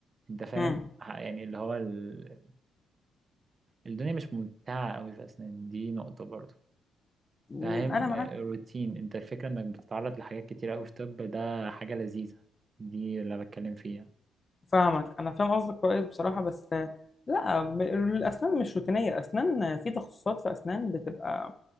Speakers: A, on the right; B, on the left.
A: أنت فاهم
B: امم
A: ه- يعني اللي هو ال- الدنيا مش ممتعة أوي في أسنان دي نقطة برضو
B: مم،
A: فاهم
B: انا معاك
A: آه، روتين انت الفكرة انك بتتعرض لحاجات كتيرة اوي في طب ده حاجة لذيذة دي اللي بتكلم فيها
B: فاهمك انا فاهم قصدك كويس بصراحه بس آه، لا ب- الاسنان مش روتينيه اسنان آه، في تخصصات في اسنان بتبقى